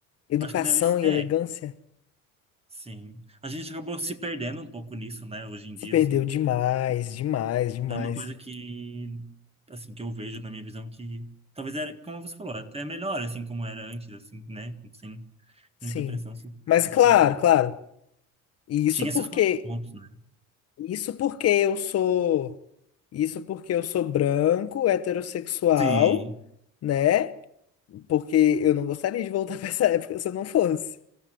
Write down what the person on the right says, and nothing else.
acho que deve ser.
é, Sim. A gente acabou se perdendo um pouco nisso, né? Hoje em
dia,
assim,
é uma coisa que, assim, que eu vejo na minha visão que talvez era, como você falou, até melhor, assim, como era antes, assim, né? Sem
muita pressão social,
enfim.
é uma coisa-
Tinha esses
contrapontos, né?
Sim,